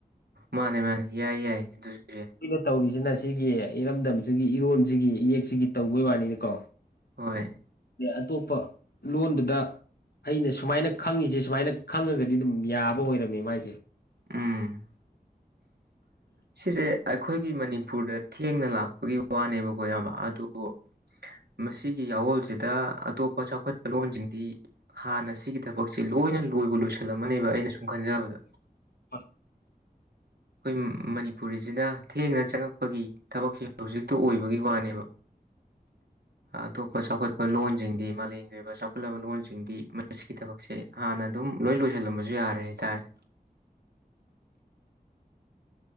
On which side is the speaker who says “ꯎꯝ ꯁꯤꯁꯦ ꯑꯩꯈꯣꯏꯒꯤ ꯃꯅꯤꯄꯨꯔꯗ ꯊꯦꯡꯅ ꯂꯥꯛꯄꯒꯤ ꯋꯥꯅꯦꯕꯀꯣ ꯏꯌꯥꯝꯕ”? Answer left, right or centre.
Right